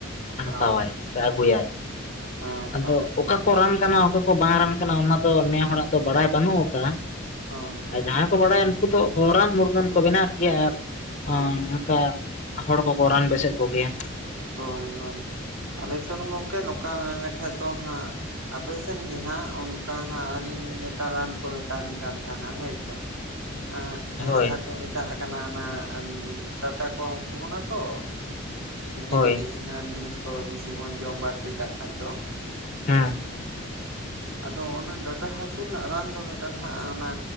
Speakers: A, on the left (about 35°); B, on the right (about 80°).
A: ᱦᱟᱛᱟᱣᱟᱭ
B: ᱦᱳᱭ
A: ᱥᱮ ᱟᱹᱜᱩᱭᱟᱭ
B: ᱦᱮᱸ
A: ᱟᱫᱚ
B: ᱛᱚ
A: ᱚᱠᱟ ᱠᱚ ᱨᱟᱱ ᱠᱟᱱᱟ ᱚᱠᱟ ᱠᱚ ᱵᱟᱝ ᱨᱟᱱ ᱠᱟᱱᱟ ᱚᱱᱟ ᱛᱚ ᱱᱮ ᱦᱚᱲᱟᱜ ᱫᱚ ᱵᱟᱲᱟᱭ ᱵᱟᱹᱱᱩᱜ ᱟᱠᱟᱫᱼᱟ
B: ᱦᱳᱭ
A: ᱟᱨ ᱡᱟᱦᱟᱸᱭ ᱠᱚ ᱵᱟᱲᱟᱭᱟ ᱩᱱᱠᱩ ᱫᱚ ᱨᱟᱱ ᱢᱩᱨᱜᱟᱹᱱ ᱠᱚ ᱵᱮᱱᱟᱣᱮᱫ ᱜᱮᱭᱟ ᱟᱨ
B: ᱦᱳᱭ
A: ᱚᱱᱠᱟ ᱦᱚᱲ ᱠᱚᱠᱚ ᱨᱟᱱ ᱵᱮᱥᱮᱫ ᱠᱚᱜᱮᱭᱟ
B: ᱦᱳᱭ ᱦᱳᱭ ᱟᱞᱮ ᱥᱮᱱ ᱜᱚᱢᱠᱮ ᱱᱚᱝᱠᱟ ᱢᱮᱱ ᱞᱮᱠᱷᱟ ᱫᱚ ᱦᱟᱸᱜ ᱯᱮᱥᱮᱱ ᱜᱮ ᱦᱟᱸᱜ ᱚᱱᱠᱟ ᱦᱟᱸᱜ ᱟᱹᱞᱤᱧ ᱢᱤᱫᱴᱟᱝ ᱨᱟᱱ ᱠᱚ ᱢᱮᱛᱟᱞᱤᱧ ᱠᱟᱱ ᱛᱟᱦᱮᱱᱟ ᱦᱳᱭ ᱥᱮ <unintelligible> ᱮᱸ
A: ᱦᱳᱭ
B: ᱡᱟᱦᱟᱸ ᱠᱚ ᱢᱮᱛᱟᱜ ᱠᱟᱱᱟ ᱚᱱᱟ ᱰᱟᱴᱟ ᱠᱚ ᱦᱟᱹᱥᱩ ᱵᱚᱱᱟ ᱛᱚ ᱡᱩᱫᱤ
A: ᱦᱳᱭ
B: ᱠᱟᱹᱴᱤᱡ ᱦᱮᱲᱮᱢ ᱡᱤᱱᱤᱥ ᱠᱚ ᱵᱤᱥᱤ ᱵᱚᱱ ᱡᱚᱢ ᱵᱟᱹᱲᱛᱤ ᱠᱟᱜ ᱠᱷᱟᱜ ᱫᱚ
A: ᱦᱮᱸ
B: ᱟᱫᱚ ᱚᱱᱟ ᱰᱟᱴᱟ ᱦᱟᱹᱥᱩ ᱨᱮᱱᱟᱜ ᱨᱟᱱ ᱫᱚ ᱢᱤᱫᱴᱟᱝ ᱦᱟᱸᱜ ᱚᱱᱟ